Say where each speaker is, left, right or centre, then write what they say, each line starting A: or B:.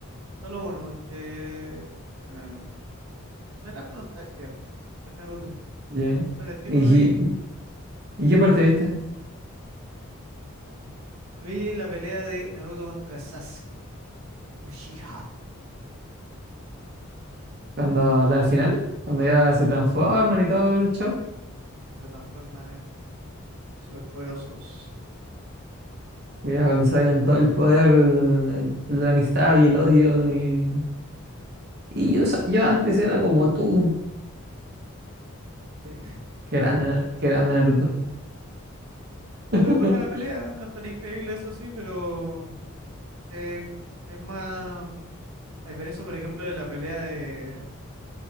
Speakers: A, on the right; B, on the right.
A: Solo uno, porque porque me, me trajo nostalgia el Naruto.
B: Ya.
A: Cuando era chico
B: ¿Y,
A: lo veía.
B: y- y qué parte viste?
A: Vi la pelea de Naruto contra Sasuke Uchiha.
B: Cuando la al final, cuando ya se transforman y todo el show.
A: Se transforman en superpoderosos.
B: Y Ya cuando sacan todo el poder, de la amistad y el odio. Y, y yo, sa- yo antes era como tú.
A: sí. <laughs>
B: Qué grande, Na- qué grande Naruto.
A: Igual
B: <laughs>
A: es buena la pelea, no es tan increíble eso sí, pero eh, es más, mm, a diferencia, por ejemplo, de la pelea de,